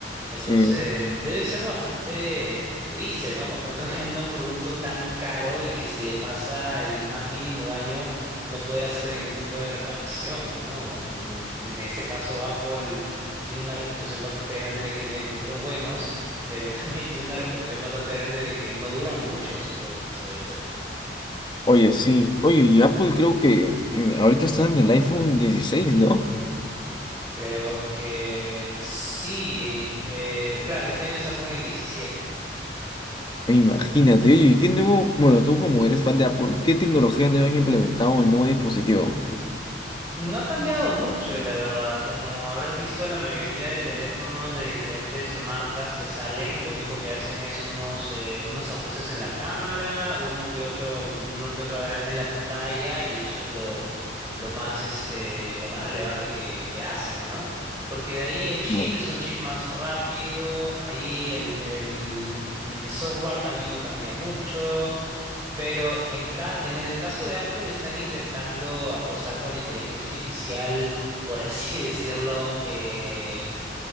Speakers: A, on the right (about 15°); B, on the left (about 25°).
A: Entonces,
B: Sí.
A: debe ser bastante triste, ¿no? Comprarte <laughs> un un producto tan caro y que si le pasa el más mínimo daño, no poder hacerle ningún tipo de reparación, ¿no? En en este caso, Apple tiene una reputación bastante grande de que tiene productos buenos, pero también <laughs> tiene una reputación bastante grande de que no duran mucho sus productos a veces.
B: Oye, sí. Oye, y Apple creo que eh, ahorita está en el iPhone 16, ¿no?
A: Creo que sí, eh, claro, este año sacan el 17.
B: Imagínate, oye, ¿y ¿qué nuevo? Bueno, tú como eres fan de Apple, ¿qué tecnología nueva han implementado en el nuevo dispositivo?
A: No ha cambiado mucho, la verdad. Como habrás visto, la mayoría de teléfonos de diferentes marcas que salen, lo único que hacen es unos, eh, unos ajustes en la cámara, uno que otro, uno que otro agrande en la pantalla, y eso es lo, lo más, este, lo más relevante que, que hacen, ¿no? Porque de ahí el chip
B: Bueno.
A: es un chip más rápido, ahí el, el mm, software también no cambia mucho. Pero en, ca- en el caso de Apple están intentando apostar por la inteligencia artificial, por así <laughs> decirlo, eh,